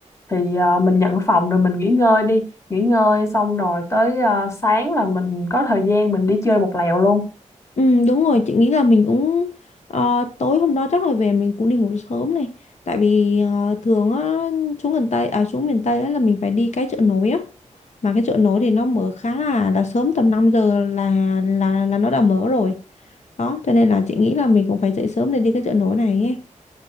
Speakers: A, on the left; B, on the left.
A: thì ờ, mình nhận phòng rồi mình nghỉ ngơi đi nghỉ ngơi xong rồi tới ờ, sáng là mình có thời gian mình đi chơi một lèo luôn
B: ừ đúng rồi, chị nghĩ là mình cũng ờ, tối hôm đó chắc là về mình cũng đi ngủ sớm này, tại vì ờ, thường á xuống Cần Tây à xuống miền Tây á là mình phải đi cái chợ nổi á. mà cái chợ nổi thì nó mở khá là là sớm tầm 5 giờ là là là nó đã mở rồi đó cho nên là chị nghĩ là mình cũng phải dậy sớm để đi cái chợ nổi này ấy.